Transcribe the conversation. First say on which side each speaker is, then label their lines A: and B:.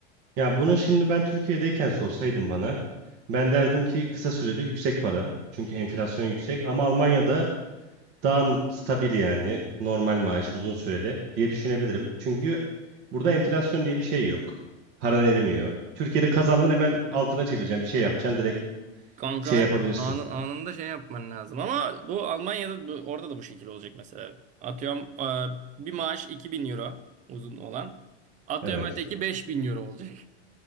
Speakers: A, on the right; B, on the right.
A: Ya bunu şimdi ben Türkiye'deyken sorsaydım bana ben derdim ki kısa süreli yüksek para. Çünkü enflasyon yüksek ama Almanya'da daha stabil yani normal maaş uzun süreli diye düşünebilirim. Çünkü burada enflasyon diye bir şey yok. Paran erimiyor. Türkiye'de kazandın hemen altına çevireceğim bir şey yapacaksın direkt
B: Kanka
A: şey
B: aynen.
A: yapabilirsin.
B: Anın, anında şey yapman lazım. Ama bu Almanya'da bu, orada da bu şekilde olacak mesela. Atıyorum e, bir maaş 2000 euro uzun olan. Atıyorum
A: Evet.
B: öteki 5000 euro olacak.